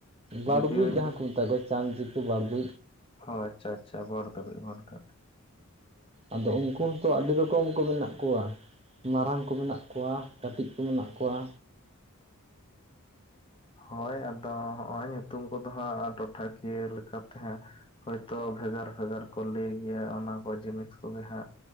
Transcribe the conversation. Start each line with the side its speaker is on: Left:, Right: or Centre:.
Left: ᱡᱩᱫᱤᱭᱳ
Right: ᱵᱟᱫᱩᱲ ᱡᱟᱦᱟᱸ ᱠᱚ ᱢᱮᱛᱟ ᱠᱚᱣᱟ ᱪᱟᱢᱪᱤᱠᱤ ᱵᱟᱫᱩ
Left: ᱚ ᱟᱪᱪᱷᱟ ᱟᱪᱪᱷᱟ <unintelligible>
Right: ᱟᱫᱚ ᱩᱱᱠᱩ ᱦᱚᱸᱛᱚ ᱟᱹᱰᱤ ᱨᱚᱠᱼᱼ ᱠᱚᱢ ᱠᱚ ᱢᱮᱱᱟᱜ ᱠᱚᱣᱟ ᱢᱟᱨᱟᱝ ᱠᱚ ᱢᱮᱱᱟᱜ ᱠᱚᱣᱟ ᱠᱟᱹᱴᱤᱡ ᱠᱚ ᱢᱮᱱᱟᱜ ᱠᱚᱣᱟ᱾
Left: ᱦᱳᱭ ᱟᱫᱚ ᱦᱚᱸᱜᱼᱚᱭ ᱧᱩᱛᱩᱢ ᱠᱚ ᱫᱚ ᱦᱟᱸᱜ ᱴᱚᱴᱷᱟᱠᱤᱭᱟᱹ ᱞᱮᱠᱟᱛᱮ ᱦᱟᱸ ᱦᱚᱭᱛᱳ ᱵᱷᱮᱜᱟᱨ ᱵᱷᱮᱜᱟᱨ ᱠᱚ ᱞᱟᱹᱭ ᱜᱮᱭᱟ ᱚᱱᱟ ᱠᱚ ᱡᱤᱱᱤᱥ ᱠᱚᱜᱮ ᱦᱟᱸᱜ